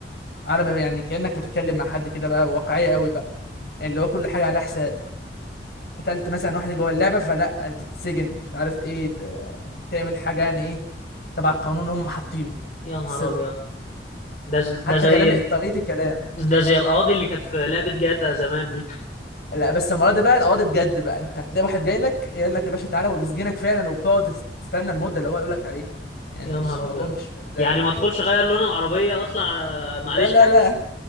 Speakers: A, on the left (about 60°); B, on the left (about 45°).
A: عالم يعني كانك بتتكلم مع حد كده بقى واقعيه قوي بقى يعني اللي هو كل حاجه على حساب قتلت مثلا واحد جوه اللعبه فلا تتسجن مش عارف ايه ت- تعمل حاجه يعني ايه تبع القانون اللي هم حاطينه
B: يا نهار
A: في السيرفر
B: ابيض ده ز-
A: حتى
B: ده زي
A: كلام
B: ال...
A: طريقه الكلام
B: ده زي القواضي اللي كانت في لعبة جاتا زمان دي
A: لا بس المره دي بقى القواضي بجد بقى انت هتلاقي واحد جاي لك يقول لك يا باشا تعالى وبيسجنك فعلا وبتقعد تست- تستنى المده اللي هو يقول لك عليها يعني
B: يا
A: مش
B: نهار
A: موضوع
B: ابيض
A: مش بمزاجك
B: يعني ما ادخلش اغير لون العربية اطلع آه،
A: لا
B: معليش
A: لا
B: حاجة
A: لا